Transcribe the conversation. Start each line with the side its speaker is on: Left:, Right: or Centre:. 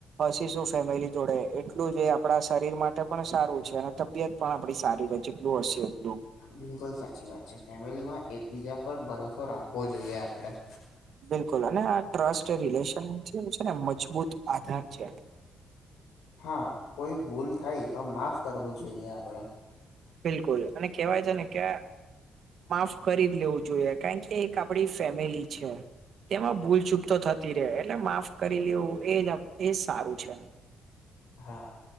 Right: હસીશું ફેમિલી જોડે, એક એટલું જ આપણા શરીર માટે પણ સારું છે અને તબિયત પણ આપણી સારી રહે જેટલું હસીએ એટલું.
Left: બિલકુલ સાચી વાત છે, ફેમિલીમાં એકબીજા પર ભરોસો રાખવો જોઈએ આપડે.
Right: બિલકુલ અને આ ટ્રસ્ટ રિલેશન જે છેને મજબૂત આધાર છે.
Left: હા કોઈ ભૂલ થાય તો માફ કરવું જોઈએ આપડે.
Right: બિલકુલ અને કેહેવાય છે ને કે માફ કરી જ લેવું જોઈએ, કારણ કે એક આપડી ફેમિલી છે. તેમાં ભૂલચૂક તો થતી રે એટલે માફ કરી લેવું એ જ એ સારું છે.
Left: હા,